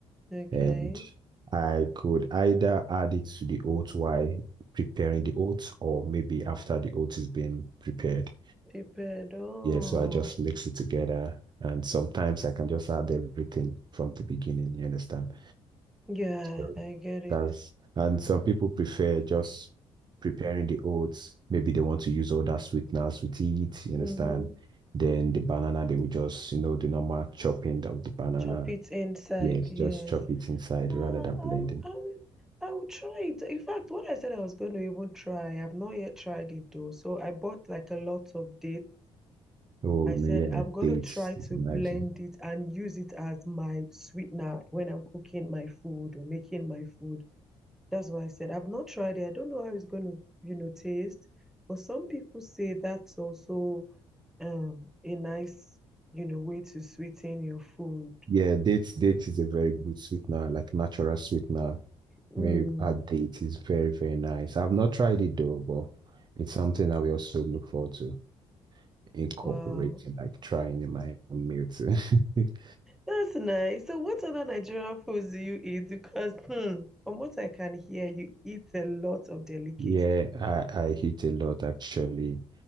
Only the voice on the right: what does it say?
and I could either add it to the oats while preparing the oats, or maybe after the oats is being prepared.
Yeah, so I just mix it together. And sometimes I can just add everything from the beginning, you understand?
So
that's, and some people prefer just preparing the oats. Maybe they want to use all that sweeteners with it, you
understand? Then the banana, they will just, you know, the normal chopping of the banana.
Yes,
just chop it inside
rather than
blending.
Oh,
no,
yeah,
dates
is
a nice
one.
Yeah, dates, dates is a very good sweetener, like natural sweetener.
Maybe add date is very, very nice. I've not tried it though, but it's something I will also look forward to incorporating,
like trying in my own meal too. <laughs>
Yeah, I, I eat a lot actually.